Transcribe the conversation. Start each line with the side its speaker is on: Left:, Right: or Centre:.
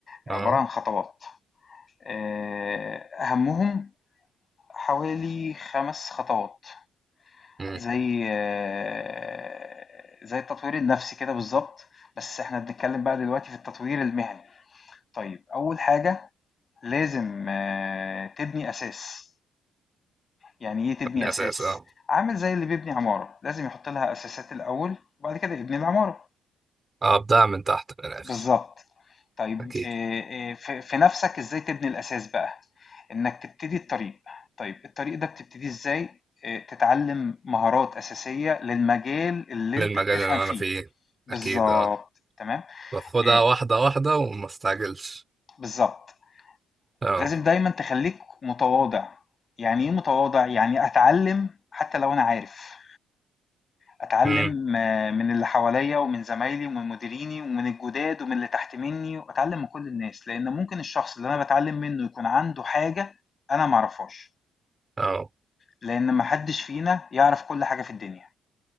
Left: عبارة
Right: اه
Left: عن خطوات آه، اهمهم حوالي خمس خطوات
Right: مم.
Left: زي آه، زي التطوير النفسي كده بالظبط بس احنا بنتكلم بقى دلوقتي في التطوير المهني طيب اول حاجة لازم آه، تبني اساس يعني ايه تبني
Right: من الأساس
Left: اساس
Right: اه
Left: عامل زي اللي بيبني عمارة لازم يحط لها اساسات الاول وبعد كده يبني العمارة
Right: أبدأ من تحت في الآخر
Left: بالظبط طيب
Right: أكيد
Left: إيه إيه في في نفسك ازاي تبني الاساس بقى انك تبتدي الطريق طيب الطريق ده بتبتدي ازاي إيه، تتعلم مهارات اساسية للمجال اللي
Right: للمجال
Left: انت بتفهم
Right: اللي
Left: فيه
Right: أنا فيه
Left: بالظبط
Right: أكيد اه
Left: تمام
Right: باخدها
Left: إيه،
Right: واحدة واحدة وما استعجلش
Left: بالظبط
Right: اه
Left: لازم دايما تخليك متواضع يعني ايه متواضع يعني اتعلم حتى لو انا عارف اتعلم
Right: مم.
Left: آه، من اللي حواليا ومن زمايلي ومن مديريني ومن الجداد ومن اللي تحت مني واتعلم من كل الناس لان ممكن الشخص اللي انا بتعلم منه يكون عنده حاجة انا معرفهاش
Right: اه
Left: لان محدش فينا يعرف كل حاجة في الدنيا